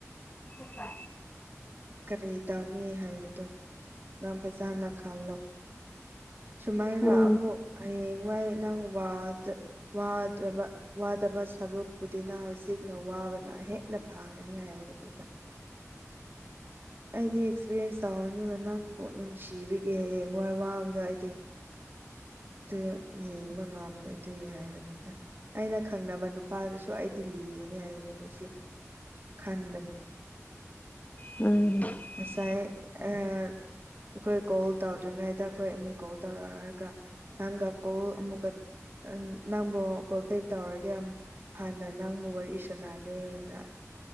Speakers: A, on the left; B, on the right.
A: ꯎꯄ
B: ꯀꯔꯤ ꯇꯧꯅꯤ ꯍꯥꯏꯕꯗꯣ ꯅꯪ ꯐꯖꯅ ꯈꯜꯂꯣ ꯁꯨꯃꯥꯏꯅ
A: ꯎꯝ
B: ꯑꯃꯨꯛ ꯍꯌꯦꯡꯋꯥꯏ ꯅꯪ ꯋꯥꯗ ꯋꯥꯗ꯭ꯔꯕ ꯋꯥꯗꯕ ꯁꯔꯨꯛꯄꯨꯗꯤꯅ ꯍꯧꯖꯤꯛꯅ ꯋꯥꯕꯅ ꯍꯦꯟꯅ ꯐꯥꯡꯒꯅꯤ ꯍꯥꯏ <inaudible> ꯑꯩꯗꯤ ꯑꯦꯛꯁꯄꯤꯔꯤꯌꯦꯟꯁ ꯇꯧꯔꯅꯦꯕ ꯅꯪꯕꯨꯛ ꯅꯨꯡꯁꯤꯕꯤꯒꯤꯦ ꯍꯌꯦꯡ ꯋꯥꯏ ꯋꯥꯕꯗꯣ ꯑꯩꯗꯤ ꯑꯗꯨ ꯌꯦꯡꯕ ꯉꯥꯝꯃꯣꯏ ꯑꯗꯨꯒꯤ ꯍꯥꯏꯕꯅꯤꯗ ꯑꯩꯅ ꯈꯪꯅꯕ ꯅꯨꯄꯥꯗꯨꯁꯨ ꯑꯩꯗꯤ ꯂꯤꯒꯅꯤ ꯍꯥꯏꯕꯅꯤ ꯉꯁꯤ ꯈꯥꯟꯕꯅꯤ
A: ꯑ
B: ꯉꯁꯥꯏ ꯑꯩꯈꯣꯏ ꯀꯣꯜ ꯇꯧꯗ꯭ꯔꯤꯉꯩꯗ ꯑꯩꯈꯣꯏ ꯑꯅꯤ ꯀꯣꯜ ꯇꯧꯔ ꯍꯥꯏꯔꯒ ꯍꯪ ꯑꯀꯣ ꯃꯨꯒ ꯎ ꯅꯪꯕꯨ ꯀꯣꯜ ꯕꯦꯛ ꯇꯧꯔꯒꯦ ꯑꯃꯛ ꯍꯥꯟꯅ ꯅꯪꯕꯨ ꯋꯥꯔꯤ ꯁꯥꯟꯅꯒꯦꯅ